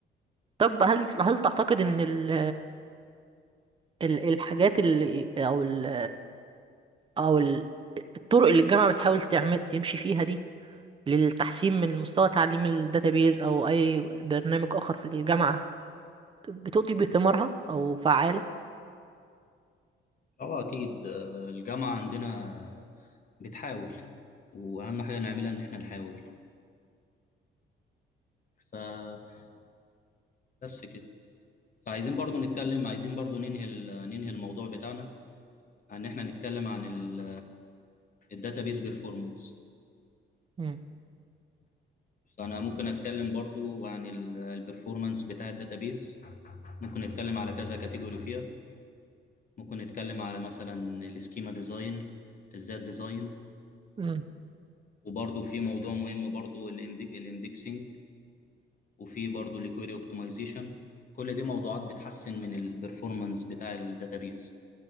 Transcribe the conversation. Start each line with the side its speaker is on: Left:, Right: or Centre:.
Right: طب هل هل تعتقد إن ال ال- الحاجات اللي أو ال أو ال- الطرق اللي الجامعة بتحاول تعمل تمشي فيها دي للتحسين من مستوى تعليم الداتابيز أو أي برنامج آخر في الجامعة بتؤتي بثمارها أو فعالة؟
Left: اه اكيد آه، الجامعة عندنا بتحاول واهم حاجة نعملها ان احنا نحاول فبس كده فعايزين برضو نتكلم عايزين برضو ننهي ال- ننهي الموضوع بتاعنا ان احنا نتكلم عن ال الداتابيز بيرفورمانس
Right: مم.
Left: فانا ممكن اتكلم برضو عن ال- البرفورمانس بتاع الداتابيز ممكن نتكلم على كذا كاتيجوري فيها ممكن نتكلم على مثلا السكيما ديزاين ازاي الديزاين
Right: مم.
Left: وبرضو في موضوع مهم برضو الاندكسنج وفي برضو الكويري اوبتمايزيشن كل دي موضوعات بتحسن من البرفورمانس بتاع الداتابيز